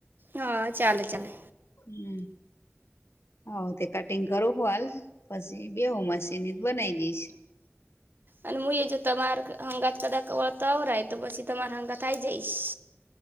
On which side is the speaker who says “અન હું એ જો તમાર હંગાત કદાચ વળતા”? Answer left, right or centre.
Right